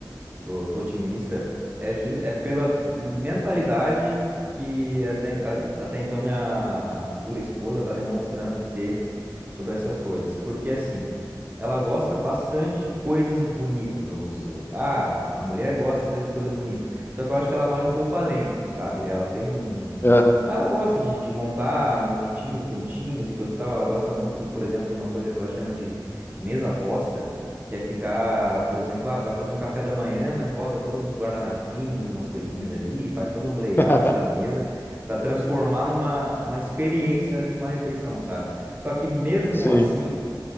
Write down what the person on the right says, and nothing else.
Tô, tô otimista. É, ju- é pela mentalidade que até, a- até então minha futura esposa está demonstrando ter sobre essas coisas. Porque assim, ela gosta bastante de coisas bonitas, vamos dizer. Ah, a mulher gosta mesmo de coisa bonita. Só que eu acho que ela vai um pouco além, sabe? Ela tem um.
Ah, Ela gosta de, de montar momentinhos bonitinhos e coisa e tal. Ela gosta muito, do- por exemplo, de uma coisa que ela chama de mesa aposta que é ficar, por exemplo, ah, vai fazer um café da manhã, mas bota todos uns guardanapinhos, umas coisinhas ali, faz todo um layout
da mesa para transformar numa uma experiência ali numa refeição, sabe? Só que mesmo
assim,